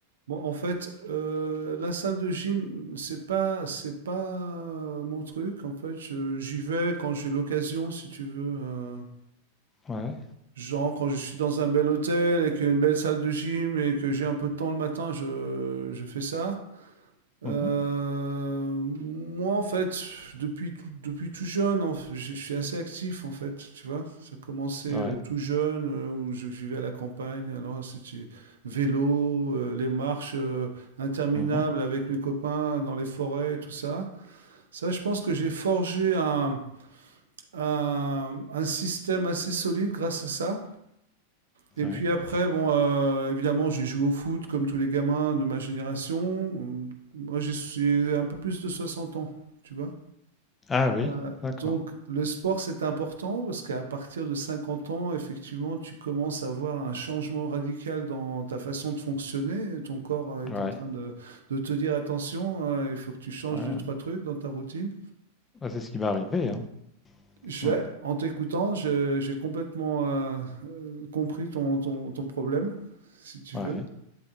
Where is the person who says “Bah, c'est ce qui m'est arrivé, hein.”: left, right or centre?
Left